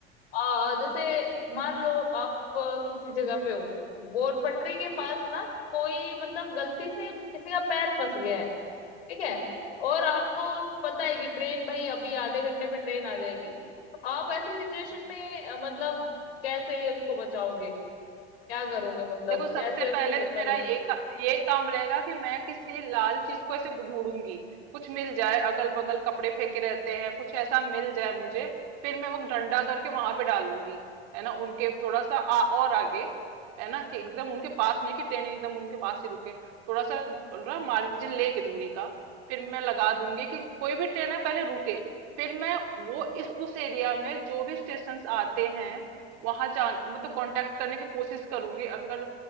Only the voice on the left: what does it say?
अ, जैसे मान लो आप अ, किसी जगह पे हो वो पटरी के पास
ना कोई मतलब गलती से किसी का पैर फंस गया है ठीक है और आपको पता है कि ट्रेन भाई अभी आधे घंटे में ट्रेन आ जाएगी तो आप ऐसी सिचुएशन
में अ, मतलब कैसे उसको बचाओगे क्या करोगे मतलब
कैसे
उसको
बचा
लोगे